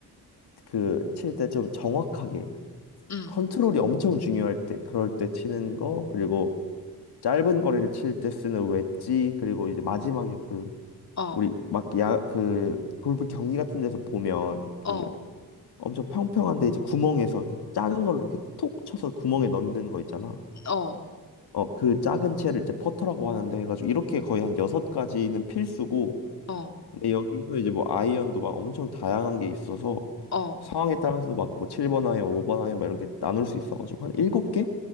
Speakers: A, on the left (about 75°); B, on the left (about 40°).
A: 그 칠 때 좀 정확하게
B: 음.
A: 컨트롤이 엄청 중요할 때, 그럴 때 치는 거, 그리고 짧은 거리를 칠 때 쓰는 웨지, 그리고 이제 마지막에 그,
B: 어.
A: 우리 막 야, 그, 골프 경기 같은 데서 보면 그
B: 어.
A: 엄청 평평한데 이제 구멍에서 이렇게 작은 걸로 이렇게 톡 쳐서 구멍에 넣는 거 있잖아.
B: 어,
A: 어, 그 작은 채를 이제 퍼터라고 하는데 해가지고 이렇게 거의 한 여섯 가지는 필수고,
B: 어,
A: 근데 여기서 이제 뭐 아이언도 막 엄청 다양한 게 있어서
B: 어.
A: 상황에 따라서 막 뭐 7번 아이언, 5번 아이언 막 이렇게 나눌 수 있어가지고 한 7개?